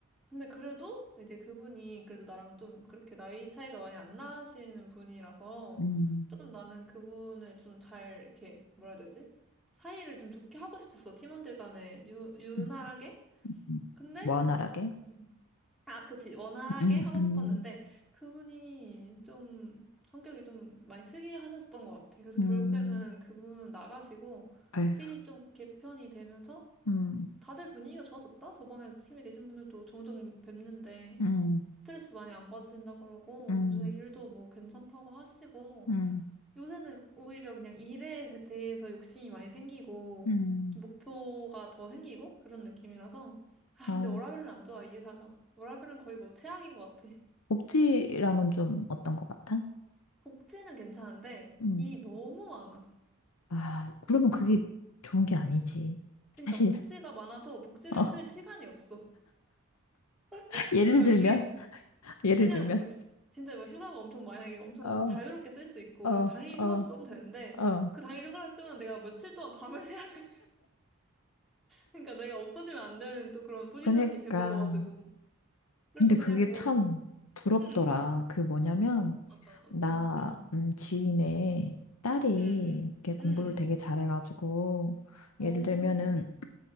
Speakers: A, in the centre; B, on the left.
A: 근데 그래도 이제 그분이 그래도 나랑 좀 그렇게 나이 차이가 많이 안 나시는 분이라서
B: 응.
A: 좀 나는 그분을 좀 잘 이렇게 뭐라 해야 되지? 사이를 좀 좋게 하고 싶었어. 팀원들 간에 유, 유난하게.
B: 응, 응.
A: 근데
B: 원활하게?
A: 음. 아, 그치. 원활하게
B: 응,
A: 하고
B: 응,
A: 싶었는데, 그분이 좀 성격이 좀 많이 특이하셨던 것 같아. 그래서
B: 응.
A: 결국에는 그분은 나가시고,
B: 아유,
A: 팀이 좀 개편이 되면서,
B: 응,
A: 다들 분위기가 좋아졌다? 저번에 팀에 계신 분들도 종종 뵙는데,
B: 응,
A: 스트레스 많이 안 받으신다 그러고,
B: 응,
A: 요새 일도 뭐 괜찮다고 하시고,
B: 응,
A: 요새는 오히려 그냥 일에 대해서 욕심이 많이 생기고,
B: 응.
A: 좀 목표가 더 생기고, 그런 느낌이라서. 아,
B: 아우,
A: 근데 워라밸은 안 좋아, 이 회사가. 워라밸은 거의 뭐 최악인 것 같아.
B: 복지랑은 좀 어떤 것 같아?
A: 복지는 괜찮은데,
B: 응.
A: 일이 너무 많아.
B: 아, 그러면 그게 좋은 게 아니지.
A: 그러니까
B: 사실,
A: 복지가 많아도 복지를
B: 어,
A: 쓸 시간이 없어.
B: <laughs>
A: <laughs>
B: 예를
A: 그래서
B: 들면,
A: 이게
B: <laughs> 예를
A: 그냥
B: 들면,
A: 뭐, 진짜 뭐 휴가가 엄청 만약에 엄청
B: 어,
A: 자유롭게 쓸 수 있고,
B: 어,
A: 그냥 당일
B: 어,
A: 휴가도 써도 되는데,
B: 어.
A: 그 당일 휴가를 쓰면 내가 며칠 동안 밤을 <laughs> 새야 돼. 그러니까 내가 없어지면 안 되는 또 그런 포지션이
B: 그러니까.
A: 돼버려가지고. 그래서
B: 근데
A: 그냥
B: 그게
A: 뭐,
B: 참 부럽더라.
A: 음,
B: 그 뭐냐면,
A: 어떤, 어떤,
B: 나,
A: 음,
B: 음, 지인의 딸이
A: 음,
B: 이렇게 공부를
A: 음, 음,
B: 되게 잘해가지고,
A: 오,
B: 예를 들면은,